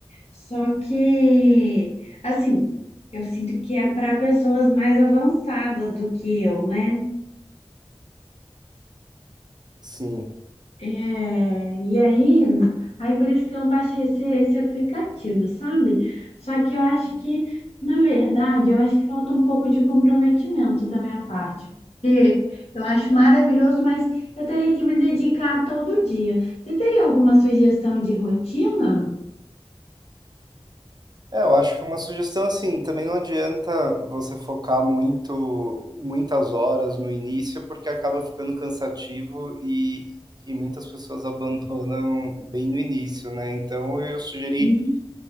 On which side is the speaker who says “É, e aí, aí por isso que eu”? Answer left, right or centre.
Left